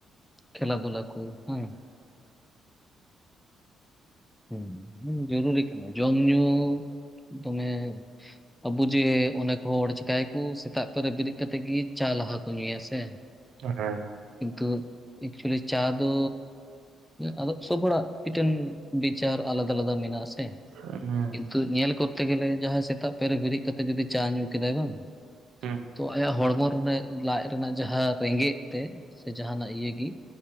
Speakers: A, in the centre; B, on the right (about 75°).
A: ᱠᱷᱮᱞᱟ ᱫᱷᱩᱞᱟ ᱠᱩ ᱦᱮᱸ᱾ ᱦᱩᱸ ᱦᱩᱸ ᱡᱩᱨᱩᱨᱤ ᱠᱟᱱᱟ ᱡᱚᱢ ᱧᱩ ᱫᱚᱢᱮ ᱟᱵᱩ ᱡᱮ ᱚᱱᱮᱠ ᱦᱚᱲ ᱪᱮᱠᱟᱭᱟᱠᱩ ᱥᱮᱛᱟᱜ ᱩᱛᱟᱹᱨ ᱨᱮ ᱵᱮᱨᱮᱫ ᱠᱟᱛᱮᱜ ᱜᱮ ᱪᱟ ᱞᱟᱦᱟ ᱠᱚ ᱧᱩᱭᱟ ᱥᱮ᱾
B: ᱦᱮᱸᱻ᱾
A: ᱠᱤᱱᱛᱩ ᱮᱠᱪᱩᱭᱮᱞᱤ ᱪᱟ ᱫᱚᱻ ᱟᱫᱚ ᱥᱚᱵ ᱦᱚᱲᱟᱜ ᱢᱤᱫᱴᱮᱱ ᱵᱤᱪᱟᱨ ᱟᱞᱟᱫᱟ ᱟᱞᱟᱫᱟ ᱢᱮᱱᱟᱜᱼᱟ ᱥᱮ᱾
B: ᱦᱮᱸ᱾
A: ᱠᱤᱱᱛᱩ ᱧᱮᱞ ᱠᱚᱨᱛᱮ ᱜᱮᱞᱮ ᱡᱟᱸᱦᱟᱭ ᱥᱮᱛᱟᱜ ᱯᱟᱭᱟᱨ ᱨᱮ ᱵᱤᱨᱤᱫ ᱠᱟᱛᱮ ᱡᱩᱫᱤ ᱪᱟ ᱧᱩ ᱠᱮᱫᱟᱭ ᱵᱟᱝ
B: ᱦᱮᱸ ᱦᱮᱸ
A: ᱛᱚ ᱟᱭᱟᱜ ᱦᱚᱲᱢᱚ ᱨᱮᱱᱟᱜ ᱞᱟᱡ ᱨᱮᱱᱟᱜ ᱡᱟᱦᱟ ᱨᱮᱸᱜᱮᱡ ᱛᱮ ᱥᱮ ᱡᱟᱦᱟᱱᱟᱜ ᱤᱭᱟᱹ ᱜᱤ